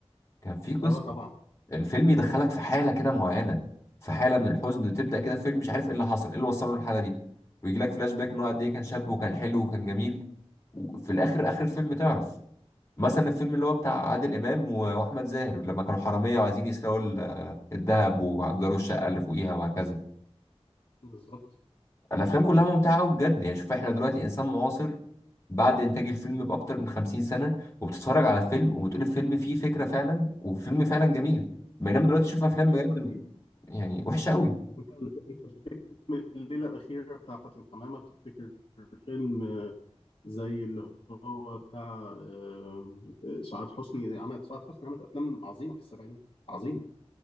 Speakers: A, on the left; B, on the left.
A: كان في قصه
B: اه طبعا
A: الفيلم يدخلك في حاله كده معينه في حاله من الحزن تبدا كده فيلم مش عارف ايه اللي حصل ايه اللي وصله للحاله دي ويجي لك فلاش باك ان هو قد ايه كان شاب وكان حلو وكان جميل وفي الاخر اخر الفيلم تعرف مثلا الفيلم اللي هو بتاع عادل امام و- واحمد زاهر لما كانوا حراميه وعايزين يسرقوا ال- الذهب وهجروا الشقه اللي فوقيها وهكذا
B: بالظبط
A: الافلام كلها ممتعه قوي بجد يعني شوف احنا دلوقتي انسان معاصر بعد انتاج الفيلم باكتر من 50 سنه وبتتفرج على فيلم وبتقول الفيلم فيه فكره فعلا وفيلم فعلا جميل بينما دلوقتي تشوف افلام
B: ايوه
A: بجد
B: ده حقيقي
A: يعني وحشه قوي
B: انت أنت بتفتكر فيلم الليله الاخيره بتاع فاتن حمامه بتفتكر فيلم آه، زي اللي هو بتاع آه، سعاد حسني عملت سعاد حسني عملت افلام عظيمه في السبعينات عظيمه